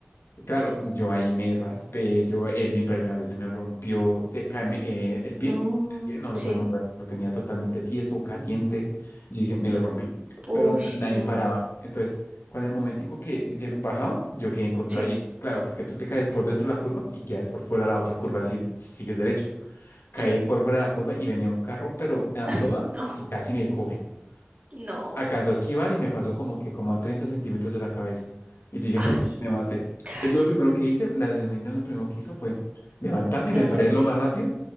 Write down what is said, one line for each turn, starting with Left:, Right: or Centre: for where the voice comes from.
Left: Claro, yo ahí me raspé, yo el impermeable se me rompió, se- ca- me- eh, el
Right: No,
Left: pie, el pie no lo
Right: sí.
Left: podía mover, lo tenía totalmente tieso, caliente. Yo dije, me lo rompí,
Right: Uy,
Left: pero n- nadie
Right: no.
Left: paraba. Entonces, cuando el momentico que lle- bajaba, yo quedé en contravía.
Right: Sí,
Left: Claro, porque tú te caes por dentro de la curva y quedas por fuera de la otra curva si, si sigues derecho. Caí
Right: sí.
Left: por fuera de la curva y venía un carro, pero a toda
Right: <laughs> Ay, no,
Left: y casi me coge.
Right: no.
Left: Acaso a esquivar y me pasó como que como a 30 centímetros de la cabeza. Y yo dije,
Right: Ay,
Left: no, me maté.
Right: cállate.
Left: Entonces yo lo primero que hice, la adrenalina lo primero que hizo fue levantarme y
Right: Levantarte.
Left: me paré lo más rápido,